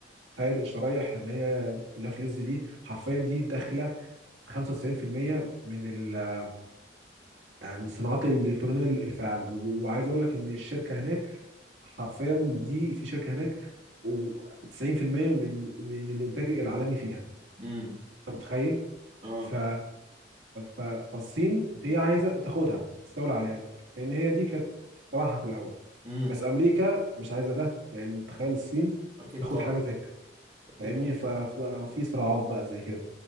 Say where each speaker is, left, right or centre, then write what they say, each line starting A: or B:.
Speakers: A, on the right; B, on the right.
A: تخيل الشرايح اللي هي اللافلز دي حرفيا دي داخلة في 95% من ال- من الصناعات الإلكترونية اللي في العالم وعايز أقول لك إن الشركة هناك حرفيا دي في شركه هناك و90% من من الانتاج العالمي فيها
B: امم
A: انت متخيل
B: اه
A: ف... ف... فالصين هي عايزه تاخدها تستولى عليها لان هي دي كانت طمعها في الاول
B: امم
A: بس امريكا مش عايزه ده لان تخيل الصين
B: اكيد
A: تاخد
B: طبعا
A: حاجه زي كده
B: اكيد
A: فاهمني
B: طبعا
A: ف- ففي صراعات بقى زي كده